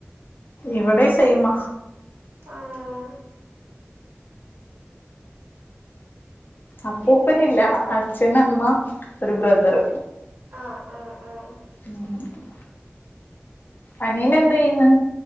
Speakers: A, on the left (about 50°); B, on the right (about 55°).
A: ഇവിടെ സെയ്മ
B: ആഹ്
A: അപ്പൂപ്പനില്ല
B: പിന്നെ
A: അച്ഛന് അമ്മ ഒരു ബ്രദറ്
B: ആഹ്‌ ആഹ്‌ ആഹ്‌
A: ഉ <unintelligible> അനിയന് എന്ത്‌ യ്യന്ന്